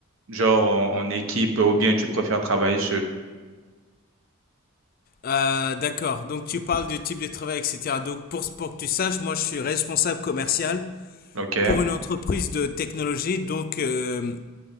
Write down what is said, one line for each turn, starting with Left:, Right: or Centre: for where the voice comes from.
Right: genre en, en équipe ou bien tu préfères travailler seul?
Left: Euh, d'accord, donc tu parles du type de travail, etc. Donc pour, pour que tu saches, moi je suis responsable commercial
Right: Ok.
Left: pour une entreprise de technologie, donc euh,